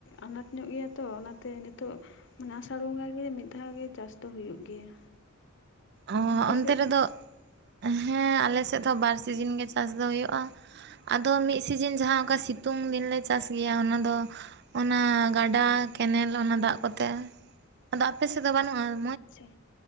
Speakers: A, on the left (about 60°); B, on the right (about 55°).
A: ᱟᱱᱟᱴ ᱧᱚᱜ ᱜᱮᱭᱟ ᱛᱚ ᱚᱱᱟᱛᱮ ᱱᱤᱛᱚᱜ᱾ ᱢᱟᱱᱮ ᱟᱥᱟᱲ ᱵᱚᱸᱜᱟ ᱜᱮ ᱢᱤᱫ ᱫᱷᱟᱣ ᱜᱮ ᱪᱟᱥ ᱫᱚ ᱦᱩᱭᱩᱜ ᱜᱮᱭᱟ
B: ᱚ
A: ᱟᱯᱮ
B: ᱚᱱᱛᱮ
A: ᱥᱮᱫ ᱫᱚ
B: ᱨᱮᱫᱚ ᱦᱮᱸ ᱟᱞᱮ ᱥᱮᱫ ᱦᱚᱸ ᱵᱟᱨ ᱥᱤᱡᱤᱱ ᱜᱮ ᱪᱟᱥ ᱫᱚ ᱦᱩᱭᱩᱜᱼᱟ᱾ ᱟᱫᱚ ᱢᱤᱫ ᱥᱤᱡᱤᱱ ᱡᱟᱦᱟᱸ ᱚᱠᱟ ᱥᱤᱛᱩᱝ ᱫᱤᱱᱞᱮ ᱪᱟᱥ ᱜᱮᱭᱟ ᱚᱱᱟ ᱫᱚ ᱚᱱᱟ ᱜᱟᱰᱟ ᱠᱮᱱᱮᱞ ᱚᱱᱟ ᱫᱟᱜ ᱠᱚᱛᱮ ᱟᱫᱚ ᱟᱯᱮ ᱥᱮᱫ ᱫᱚ ᱵᱟᱹᱱᱩᱜᱼᱟ ᱾
A: ᱟᱪᱪᱷᱟ